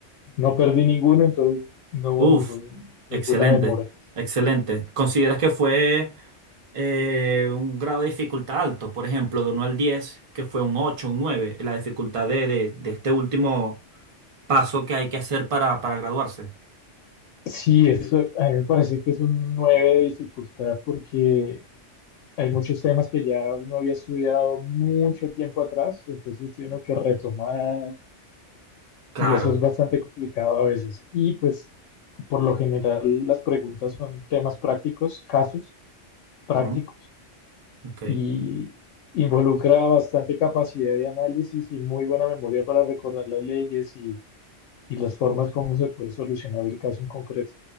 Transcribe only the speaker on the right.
uff.
Excelente.
Excelente. ¿Consideras que fue eh, un grado de dificultad alto? Por ejemplo, de uno al 10, que fue un 8, un 9? la dificultad de, de, de este último paso que hay que hacer para, para graduarse.
Claro.
Ujú, Ok.